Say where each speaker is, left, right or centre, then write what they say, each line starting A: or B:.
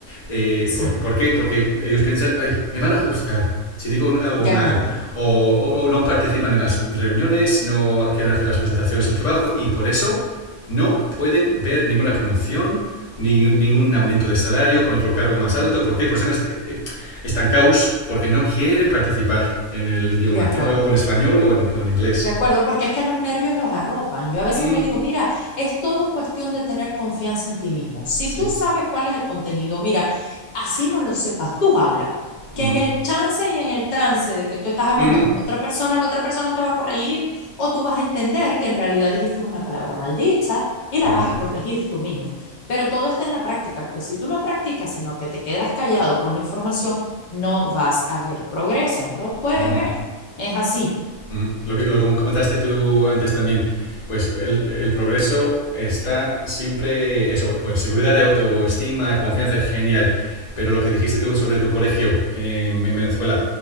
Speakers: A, on the left; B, on the left.
A: Eh,
B: sí,
A: ¿por, qué- ¿Por qué? Porque ellos piensan, ay, me van a juzgar, si digo algo
B: de
A: mal
B: acuerdo,
A: o, o- o no participan en las reuniones, no quieren hacer las presentaciones del trabajo y por eso no pueden ver ninguna promoción, ni, ningún aumento de salario con otro cargo más alto. ¿Por qué? Pues están eh, eh, estancados porque no quieren participar en el idioma,
B: de acuerdo.
A: eh, o en español o en, o en inglés.
B: De acuerdo, porque es que los nervios los arropan. Yo a veces
A: Mm,
B: le digo, mira, es todo cuestión de tener confianza en ti mismo. Si
A: sí.
B: tú sabes cuál es el contenido, mira, así no lo sepas, tú habla. Que
A: Mm,
B: en el chance y en el trance de que tú estás hablando
A: mm,
B: con la otra persona, la otra persona te va a corregir o tú vas a entender que en realidad dijiste una palabra maldicha y la
A: mm,
B: vas
A: mm.
B: a corregir tú mismo. Pero todo está en la práctica, porque si tú no practicas, sino que te quedas callado con la información, no vas a ver progreso, no lo puedes
A: mm.
B: ver. Es así.
A: Mm, Lo que, lo que comentaste tú antes también, pues el, el progreso está siempre, eso, pues seguridad autoestima, confianza, genial. Pero lo que dijiste tú sobre tu colegio en, en Venezuela,